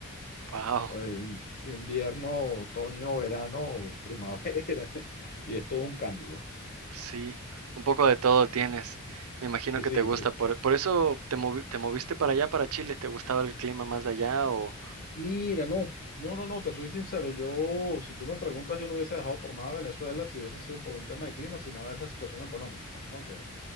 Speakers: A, on the right; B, on the left.
A: Wow.
B: pues, in- invierno, otoño, verano, primavera, <laughs> y es todo un cambio. va.
A: Sí. Un poco de todo tienes. Me imagino
B: Y
A: que
B: Sí,
A: te gusta.
B: sí.
A: Por, por eso te movi- te moviste para allá, para Chile. ¿Te gustaba el clima más de allá o...?
B: Mira, no, no, no, no, te soy sincero, yo, si tú me preguntas, yo no hubiese dejado por nada Venezuela si hubiese sido por un tema de clima, sino es la situación económica, pues, ¿no? Que,